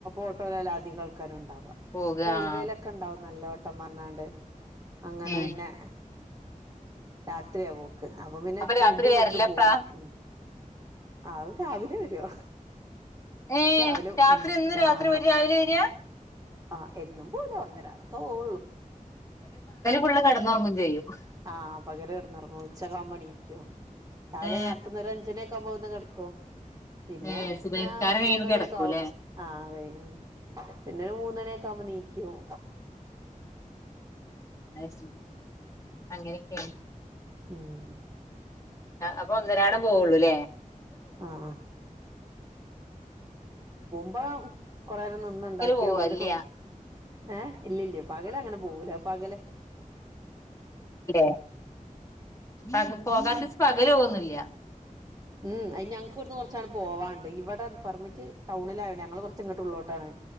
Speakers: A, on the right; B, on the left.
A: ഓട്ടോയിലല്ലാധിക ആൾക്കാരും ഉണ്ടാവുക
B: പോക
A: റെയിൽവേയിലൊക്കെ
B: ആഹ്
A: ഉണ്ടാവും നല്ല വെ - ട്ടം പറഞ്ഞണ്ട് അങ്ങനെ
B: ഏഹ്
A: പിന്നെ രാത്രിയാകോ അപ്പൊ പിന്നെ ഫുഡ്
B: രാത്രി
A: കൊണ്ട്
B: വരലെപ്പളാ
A: പോവും ഉം അത് രാവിലെ വരോ
B: ഏഹ്
A: രാവിലെ
B: രാത്രി
A: ഉം
B: ഇന്ന് രാത്രി
A: അമ്മ
B: പോയിട്ട് രാവിലെ വരാ
A: ആഹ് എന്നും പോവില്ല ഒന്നിരാടംക്കെയുള്ളു
B: പള് കടന്നോർമ്മയും ചെയ്യും <unintelligible>
A: ആഹ് പകല് കെടന്നുറങ്ങും ഉച്ചക്കവുമ്പണീക്കോ രാവിലെ
B: ഏ
A: നേരത്തന്ന അഞ്ചിനേ- പോക കിടക്കോ പിന്നെ
B: ഏ സുബഹിസ്കാരം കഴിയുമ്പോ
A: മൂന്നണിയൊക്കെ
B: കിടക്കൂല്ലേ
A: ആകുമ്പോ ആ - ഉം പിന്നെരു മൂന്നണ്യൊക്കാവുമ്പോ നീക്ക്യും.
B: അയ് ശെരി അങ്ങനെക്കെണ്.
A: ഉം
B: അപ്പൊന്നരാടം പോവൊള്ളൂല്ലേ
A: ആഹ് ഇപ്പം കൊറെരം നിന്ന്ണ്ടാക്ക്യാട്
B: പോവ
A: പോരും.
B: ഇല്ല
A: ഏഹ് ഇല്ലില്ല പകല ങ്ങനെ പോവൂല പകല
B: ല്ലേ പക പോകാത്ത് പകലോവൊന്നില്ല.
A: ഉം അയ്ന് ഞങ്ങക്ക് വട്ന്ന് കൊർച്ചണ്ട് പോവാണ്ട്. ഇവടെ പെർമിറ്റ് ടൗണിലായോണ്ടെ ഞങ്ങള് കൊർച്ച് ഇങ്ങട്ട് ഉള്ളോട്ടാണ്.